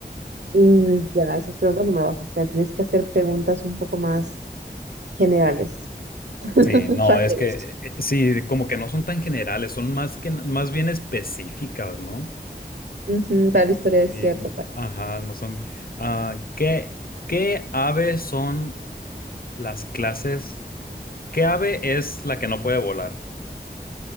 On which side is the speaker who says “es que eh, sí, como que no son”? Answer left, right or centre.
Left